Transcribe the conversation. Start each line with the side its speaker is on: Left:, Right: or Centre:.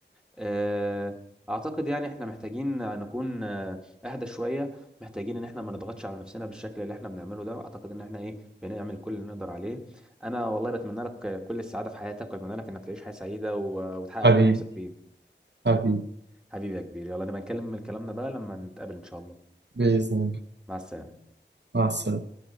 Centre: آه، اعتقد يعني احنا محتاجين نكون آه، اهدى شوية محتاجين ان احنا ما نضغطش على نفسنا بالشكل اللي احنا بنعمله ده اعتقد ان احنا ايه بنعمل كل اللي نقدر عليه انا والله بتمنى لك كل السعادة في حياتك واتمنى لك انك تعيش حياة سعيدة و- وتحقق
Right: حبيبي
Centre: كل اللي نفسك فيه
Right: حبيبي
Centre: حبيبي يا كبير يلا نبقى نكلم كلامنا بقى لما نتقابل ان شاء الله
Right: بإذن الله
Centre: مع السلامة
Right: مع السلامة